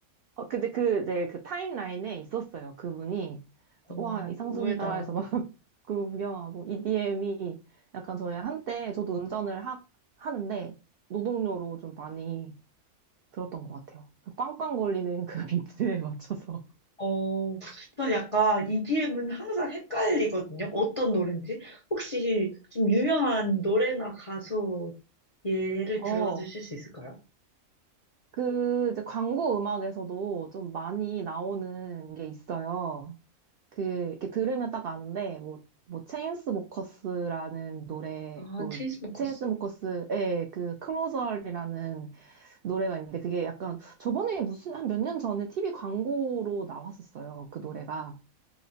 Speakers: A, on the right; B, on the left.
A: 어, 근데 그 이제 그 타임라인에 있었어요. 그분이
B: 어,
A: 그래서 와 이상순이다
B: 의외다.
A: 해서 막 <laughs> 그거 구경하고 EDM이 약간 저희 한때 저도 운전을 하, 하는데 노동요로 좀 많이 들었던 것 같아요. 그 꽝꽝 걸리는 그 <laughs> 비트에 맞춰서.
B: 어, 전 약간 EDM은 항상 헷갈리거든요. 어떤 노래인지. 혹시 좀 유명한 노래나 가수 예를
A: 어,
B: 들어주실 수 있을까요?
A: 그 이제 광고 음악에서도 좀 많이 나오는 게 있어요. 그 이렇게 들으면 딱 아는데 뭐 뭐 체인스모커스라는 노래도
B: 아, 체인스모커스.
A: 있고 체인스모커스의 그 클로저이라는 노래가 있는데 그게 약간 저번에 무슨 한 몇 년 전에 TV 광고로 나왔었어요. 그 노래가.